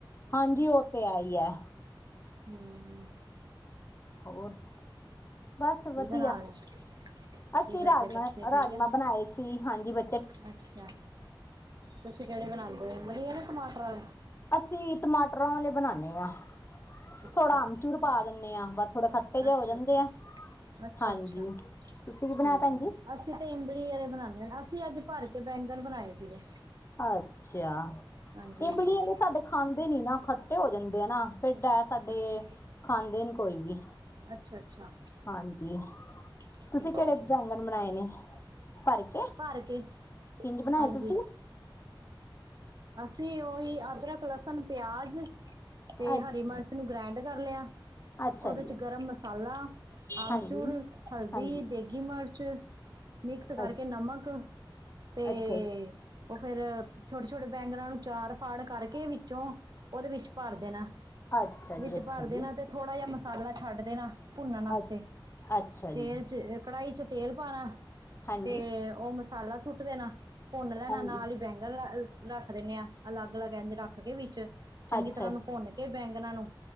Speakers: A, on the left; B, on the right.
A: ਹਾਂਜੀ, ਉਹ ਤੇ ਆਈ ਹੈ
B: ਹਮ
A: ਹੋਰ ਬਸ
B: ਕੀ
A: ਵਧੀਆ
B: ਬਣਾ ਰਹੇ
A: ਅਸੀਂ
B: ਕੀ ਕਰਦੇ
A: ਰਾਜਮਾ-
B: ਬੱਚੇ ਠੀਕ
A: ਰਾਜਮਾ
B: ਹੈ
A: ਬਣਾਏ ਸੀ ਹਾਂਜੀ ਬੇ
B: ਅੱਛਾ, ਤੁਸੀਂ ਕਿਹੜੇ ਬਣਾਉਦੇ ਹੋ ਮੜੀਆ ਨਾ ਟਮਾਟਰਾਂ
A: ਅਸੀਂ ਟਮਾਟਰਾਂ ਵਾਲੇ ਬਣਾਉਦੇ ਹਾਂ।
B: ਅੱਛਾ
A: ਥੋੜਾ ਅਮਚੂਰ ਪਾ ਦਿੰਦੇ ਆਂ ਬਸ ਥੋੜੇ ਖੱਟੇ ਜਿਹੇ
B: ਅੱਛਾ
A: ਹੋ ਜਾਂਦੇ
B: ਅੱਛਾ
A: ਆ
B: ਅੱਛਾ
A: ਹਾਂਜੀ
B: ਅੱਛਾ
A: ਤੁਸੀਂ ਕੀ
B: ਠੀਕ
A: ਬਣਇਆ ਭੈਣ
B: ਹੈ
A: ਜੀ।
B: ਅਸੀਂ ਤੇ ਇਮਬਲੀ ਵਾਲੇ ਬਣਾਉਂਦੇ ਹਾਂ, ਅਸੀਂ ਅੱਜ ਭਰ ਕੇ ਬੈਂਗਣ ਬਣਾਏ ਸੀਗੇ
A: ਅੱਛਾ,
B: ਹਾਂਜੀ
A: ਇਮਲੀ
B: ਹਾਂਜੀ
A: ਵਾਲੇ ਸਾਡੇ ਖਾਂਦੇ ਨੀ ਨਾ ਖੱਟੇ ਹੋ ਜਾਂਦੇ ਆ ਨਾ ਭਿੱਡ ਹੈ ਸਾਡੇ
B: ਅੱਛਾ
A: ਖਾਂਦੇ ਨੀ ਕੋਈ ਵੀ
B: ਅੱਛਾ ਅੱਛਾ
A: ਹਾਂਜੀ,
B: ਠੀਕ
A: ਤੁਸੀਂ ਕਿਹੜੇ
B: ਹੈ ਜੀ
A: ਬੈਂ <unintelligible> ਬਣਾਏ ਨੇ ਭਰ ਕੇ
B: ਭਰ ਕੇ
A: ਕਿੰਜ ਬਣਾਏ
B: ਹਾਂਜੀ।
A: ਤੁਸੀਂ
B: ਅਸੀਂ ਉਹੀ ਅਦਰਕ, ਲਸਣ, ਪਿਆਜ ਤੇ
A: ਅੱਛਾ
B: ਹਰੀ ਮਿਰਚ। ਨੂੰ ਗ੍ਰੈਂਡ ਕਰ ਲਿਆ।
A: ਅੱਛਾ
B: ਓਦੇ
A: ਜੀ
B: ਚ ਗਰਮ ਮਸਾਲਾ, ਆਮਚੂਰ,
A: ਹਾਂਜੀ
B: ਹਲਦੀ,
A: ਹਾਂਜੀ
B: ਦੇਗੀ ਮਰਚ ਮਿਕਸ ਕਰਕੇ
A: ਅੱਛਾ
B: ਨਮਕ ਤੇ
A: ਅੱਛਾ ਜੀ,
B: ਉਹ ਫੇਰ ਛੋਟੇ ਛੋਟੇ ਬੈਂਗਰਾਂ ਨੂੰ ਚਾਰ ਫਾੜ ਕਰਕੇ ਵੀ <unintelligible> ਉਹਦੇ ਵਿੱਚ ਭਰ ਦੇਣਾ
A: ਅੱਛਾ
B: ਵਿੱਚ
A: ਜੀ ਅੱਛਾ
B: ਭਰ ਦੇਣਾ
A: ਜੀ
B: ਤੇ ਥੋੜ੍ਹਾ ਜਿਹਾ ਮਸਾਲਾ ਛੱਡ ਦੇਣਾ ਭੁੰਨਣ ਵਾਸਤੇ
A: ਅ ਅੱਛਾ ਜੀ
B: ਤੇਲ ਚ ਕੜਾਹੀ ਚ ਤੇਲ ਪਾਨਾ
A: ਹਾਂਜੀ
B: ਤੇ ਓ ਮਸਾਲਾ ਸੁੱਟ ਦੇਨਾ ਪੋੰਨ ਲੈਨਾ
A: ਹਾਂਜੀ
B: ਨਾਲ ਈ ਬੈਂਗਣ ਰੱਖ ਦਿੰਨੇ ਆ। ਅਲੱਗ-ਅਲੱਗ ਇੰਝ ਰੱਖ ਕੇ ਵਿੱਚ ਚੰਗੀ
A: ਅੱਛਾ
B: ਤਰ੍ਹਾਂ
A: ਅੱਛਾ
B: ਓਨੂੰ ਭੁੰਨ ਇਹ ਬੈਂਗਨਾਂ ਨੂੰ